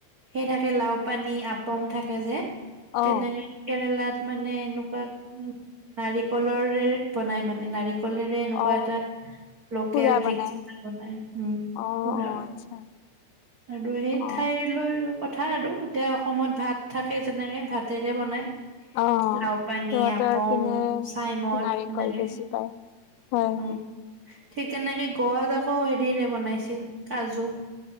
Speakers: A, on the right (about 80°); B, on the left (about 85°).
A: সেই থাকে লাও পানী আপং থাকে যে
B: অ
A: তেনেকে কেৰেলাত মানে এনেকুৱা উম নাৰিকলৰে বনাই মানে নাৰিকলেৰে এনেকুৱা
B: অ
A: এটা লোকেল
B: খুৰা
A: ড্ৰিংকছ
B: বনাই
A: এটা বনাই। উম
B: অ
A: পুৰা
B: অ আচ্ছা
A: আৰু সেই
B: অ
A: ঠাইলৈ। কথা আৰু এতিয়া অসমত ভাত থাকে যেনেকে ভাতেৰে বনাই।
B: অ',
A: লাও পানী
B: সিহঁতৰ
A: আপং
B: পিনে
A: চাইমদ
B: নাৰিকল
A: এনেকে
B: বেছি পায়। হম,
A: উ
B: হম।
A: ঠিক তেনেকে গোৱাত আকৌ হেৰিৰে বনাইছিল কাজু।